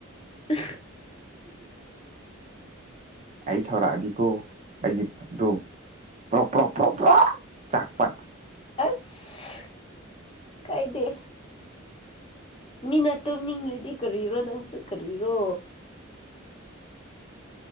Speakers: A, on the left; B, on the right.
A: ꯑ
B: ꯑꯩ ꯁꯧꯣꯔ ꯑꯗꯤꯒꯣ ꯑꯩꯒꯤ ꯄꯨꯗꯣ ꯄ꯭ꯔꯣꯞ ꯄ꯭ꯔꯣꯣꯛ ꯄ꯭ꯔꯣ ꯄ꯭ꯔꯣ ꯆꯥꯛꯄ
A: ꯑꯁ ꯀꯥꯏꯗ ꯃꯤꯅꯠꯇꯨꯝꯅꯤꯡꯉꯗꯤ ꯀꯔꯤꯔꯣ ꯅꯪꯁꯨ ꯀꯔꯤꯔꯣ